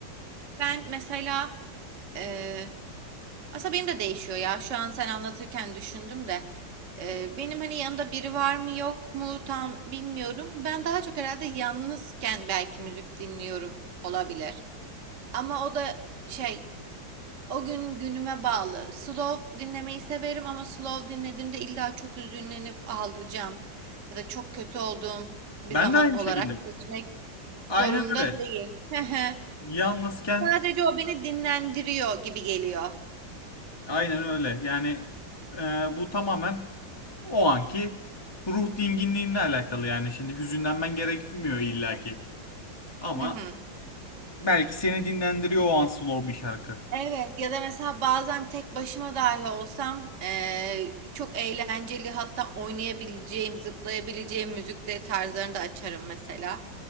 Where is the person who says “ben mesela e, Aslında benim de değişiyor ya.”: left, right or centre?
Right